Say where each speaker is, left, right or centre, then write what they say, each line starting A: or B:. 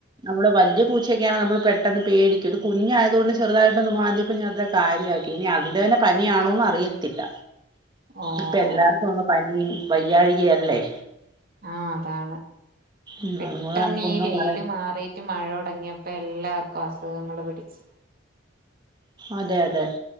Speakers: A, on the right; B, on the right.
A: നമ്മള് വല്ല്യ പൂച്ചക്കെയാണ് നമ്മള് പെട്ടെന്ന് പേടിക്കും കുഞ്ഞായതുകൊണ്ട് ചെറുതായിട്ടും മാന്ത്യപ്പം ഞാ ത്ര കാര്യക്കി ഇനി അതിന്റെ തന്നെ പനിയണോന്ന് അറിയ ത്തില്ല
B: ഓ
A: ഇപ്പ എല്ലാർക്കും
B: ഓ
A: അങ്ങ് പനിയും വയ്യാഴികയല്ലേ
B: ആഹ് അതാണ്
A: ഉം
B: പെട്ടെന്ന്
A: അതുകൂലെ നമുക്ക് ഒന്നും
B: ഈ വെയില്
A: പറയാം
B: മാറിയിട്ട് മഴ തെടങ്ങിയപ്പോ എല്ലാവർക്കും അസുഖങ്ങള് പിടിച്ച്
A: അതെ അതെ